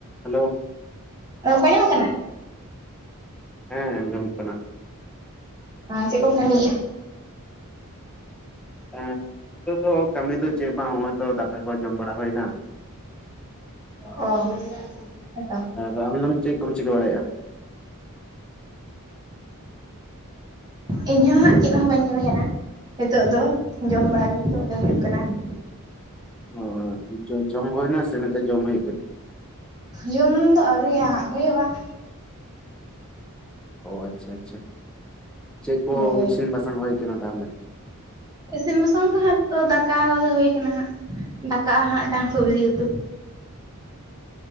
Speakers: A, in the centre; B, on the right.
A: Hello.
B: ᱨᱚᱲᱠᱚ ᱟᱧᱡᱚᱢ ᱚᱜ ᱠᱟᱱᱟ?
A: ᱦᱮᱸ ᱟᱸᱡᱟᱢᱚᱜ ᱠᱟᱱᱟ ᱾
B: ᱪᱮᱜ ᱠᱚᱢ ᱠᱟᱢᱤ ᱭᱮᱜᱟ?
A: ᱮᱸ ᱱᱤᱛᱚᱜ ᱫᱚ ᱠᱟᱹᱢᱤ ᱫᱚ ᱪᱮᱫ ᱵᱟᱝ ᱦᱚᱜ-ᱚᱭ ᱛᱚ ᱫᱟᱠᱟ ᱠᱚ ᱡᱚᱢ ᱵᱟᱲᱟ ᱦᱳᱭᱮᱱᱟ ᱾
B: ᱚ ᱾
A: ᱟᱨ ᱟᱢ ᱫᱚᱢ ᱪᱮᱫ ᱠᱚᱢ ᱪᱤᱠᱟᱹ ᱵᱟᱲᱟᱭᱟᱜ-ᱟ?
B: ᱤᱧᱦᱚᱸ ᱦᱟᱸᱜ ᱪᱮᱫ ᱦᱚᱸ ᱵᱟᱹᱧ ᱠᱟᱹᱢᱤ ᱠᱟᱱᱟ ᱱᱤᱛᱚᱜ ᱫᱚ ᱡᱚᱢ ᱵᱟᱲᱟ ᱦᱩᱭᱩᱜ ᱠᱟᱱᱟ ᱾
A: ᱚ ᱡᱚᱢ ᱦᱳᱭᱱᱟ ᱥᱮ ᱱᱮᱛᱚᱜ ᱡᱚᱢ ᱦᱳᱭᱳᱜ ᱠᱟᱱᱟ ᱾
B: ᱡᱚᱢ ᱫᱚ ᱟᱹᱣᱨᱤ ᱭᱟ ᱦᱟᱸᱜ ᱦᱳᱭᱳᱜ-ᱟ ᱾
A: ᱚ ᱟᱪᱷᱟ ᱟᱪᱷᱟ ᱪᱮᱜ ᱠᱚ
B: ᱦᱳᱭ
A: ᱤᱥᱤᱱ ᱵᱟᱥᱟᱝ ᱦᱳᱭ ᱠᱟᱱᱟ ᱛᱟᱦᱞᱮ?
B: ᱤᱥᱤᱱ ᱵᱟᱥᱟᱝ ᱫᱚ ᱦᱟᱸᱜ ᱫᱟᱠᱟ ᱦᱚᱸ ᱜᱮ ᱦᱳᱭ ᱠᱟᱱᱟ ᱦᱟᱸᱜ ᱾ ᱫᱟᱠᱟ ᱟ ᱦᱟᱸᱜ ᱢᱮᱴᱟᱝ ᱥᱩᱵᱡᱤ ᱩᱛᱩ ᱾